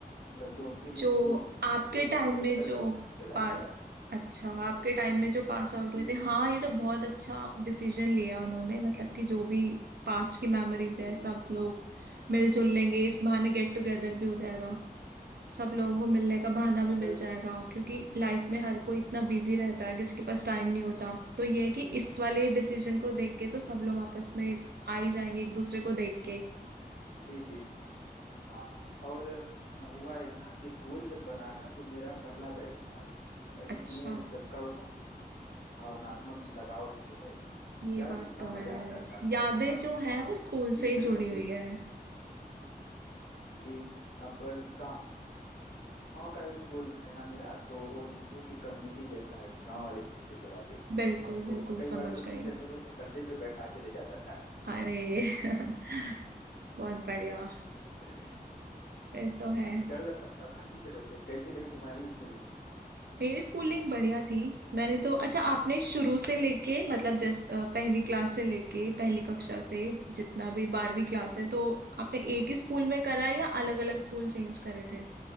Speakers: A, on the left (about 85°); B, on the right (about 85°).
A: मतलब जो उनके लिए
B: जो
A: जो
B: आपके
A: जो
B: टाइम
A: सबसे बेहतर
B: में जो
A: बैठा उनके लाइफ
B: पास
A: का
B: अच्छा आपके टाइम में जो पास आउट
A: जी
B: हुए थे
A: जी
B: हाँ ये तो बहुत अच्छा डिसीजन लिया उन्होंने मतलब कि जो भी पास्ट की मेमोरीज
A: जी
B: है सब
A: जी
B: लोग मिलजुल लेंगे इस बहाने गेट टुगेदर भी हो जाएगा सब लोगों को मिलने का बहाना भी
A: असल
B: मिल जाएगा
A: में
B: क्योंकि लाइफ में हर कोई इतना बिजी रहता है किसी के पास टाइम नहीं होता तो ये है कि इस वाले डिसीजन को देख के तो सब लोग आपस में आ ही जाएंगे एक दूसरे को देख के
A: जी जी हाँ और अ, हुआ यह ना कि स्कूल जब बना था तो मेरा पहला बैच था अ, इसलिए
B: अच्छा
A: सबका वो भावनात्मक लगाव भी तो है
B: ये
A: यार
B: बात
A: कितना
B: तो है
A: मजा आता था
B: यादें
A: अब
B: जो है वो स्कूल
A: टीचर
B: से ही जुड़ी
A: मुझे
B: हुई है
A: जी अब गांव गांव का ही स्कूल है ना मेरा तो वो समझो कि कम्युनिटी जैसा है गांव वाले ही मिलके चलाते हैं
B: बिल्कुल
A: तो
B: बिल्कुल
A: कई
B: समझ
A: बार तो
B: गई
A: टीचर मुझे अपने कंधे पे बैठा के ले जाता था
B: अरे <laughs> बहुत बढ़िया
A: <laughs>
B: फिर तो है
A: डर लगता था ना टीचरों से कैसी रही तुम्हारी स्कूलिंग
B: मेरी स्कूलिंग बढ़िया थी मैंने तो अच्छा आपने शुरू से
A: हम्म।
B: लेके मतलब जस अ, पहली क्लास से लेके पहली कक्षा से जितना भी बारहवीं क्लास है तो आपने एक ही स्कूल में करा है या अलग अलग स्कूल चेंज करे थे